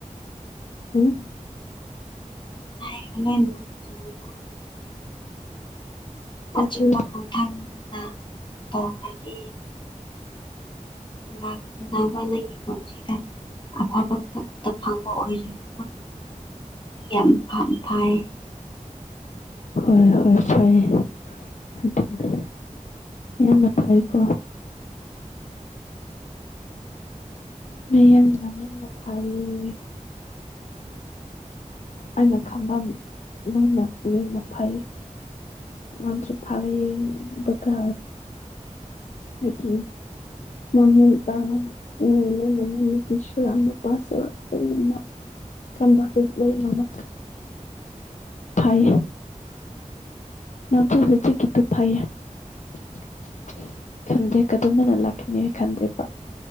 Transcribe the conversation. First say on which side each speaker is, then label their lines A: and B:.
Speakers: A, on the left; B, on the left.
A: ꯍꯨꯡ
B: ꯍꯥꯏꯕꯅꯦ ꯅꯣꯡꯗꯤ ꯆꯨꯒꯤꯕ꯭ꯔꯥ
A: ꯇꯥꯗ꯭ꯔꯤ
B: ꯑꯆꯨꯝꯄ ꯈꯣꯡꯊꯥꯡꯅ ꯇꯧꯔꯗꯤ ꯂꯥꯛꯀꯗꯕ ꯅꯪꯒꯤ ꯄꯨꯟꯁꯤꯗ ꯑꯐꯕ ꯈꯛꯇ ꯐꯪꯕ ꯑꯣꯏꯖꯅꯨ ꯌꯥꯝꯐꯝ ꯐꯩꯌꯦ
A: ꯍꯣꯏ ꯍꯣꯏ ꯐꯩꯌꯦ ꯑꯗꯨꯅ ꯌꯥꯝꯅ ꯐꯩꯀꯣ ꯌꯥꯝꯅ ꯌꯥꯝꯅ ꯐꯩꯌꯦ ꯑꯩꯅ ꯈꯪꯕ ꯂꯣꯏꯅ ꯃꯤꯅ ꯐꯩ ꯃꯥꯁꯨ ꯐꯌꯦ ꯑꯗꯨꯒ ꯑꯩꯒꯤ ꯃꯃ ꯇ ꯃꯤ ꯂꯅ ꯅꯨꯄꯤ ꯁꯨꯔꯛ ꯅꯨꯄꯥ ꯁꯨ ꯂꯣꯏꯅꯃꯛ ꯀꯟꯕ ꯑꯗꯨ ꯂꯣꯏꯅꯃ ꯐꯩꯌꯦ ꯅꯠꯇꯦ ꯍꯨꯖꯤꯛ ꯀꯤꯗꯣ ꯐꯩꯌꯦ <unintelligible> ꯈꯟꯗꯦ ꯀꯗꯧꯉꯩꯗ ꯂꯥꯛꯈꯤꯅꯤ ꯈꯟꯗꯦꯕ